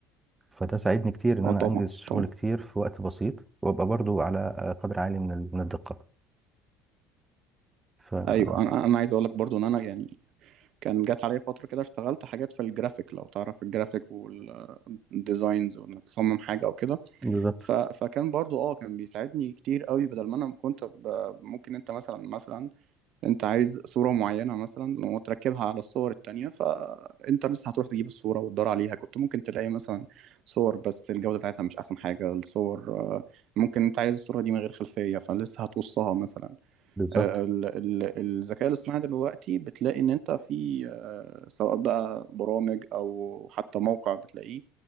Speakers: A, on the right; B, on the right.
A: فده ساعدني كتير إن
B: اه
A: أنا
B: طبعا
A: أنجز شغل
B: طبعا
A: كتير في وقت بسيط وأبقى برضو على قدر عالي من ال... من الدقة فتمام
B: ايوه انا انا عايز اقول لك برضو ان انا يعني كان جات عليا فترة كده اشتغلت حاجات في الجرافيك لو تعرف الجرافيك والديزاينز وانك تصمم حاجة او كده
A: بالظبط
B: ف... فكان برضو اه كان بيساعدني كتير قوي بدل ما انا كنت ب... ممكن انت مثلا مثلا انت عايز صورة معينة مثلا وتركبها على الصور التانية فانت بس هتروح تجيب الصورة وتدور عليها كنت ممكن تلاقي مثلا صور بس الجودة بتاعتها مش احسن حاجة الصور آه، ممكن انت عايز الصورة دي من غير خلفية فلسه هتقصها مثلا
A: بالظبط
B: ال- ال- الذكاء الاصطناعي دلوقتي بتلاقي ان انت في آه، سواء بقى برامج او حتى موقع بتلاقيه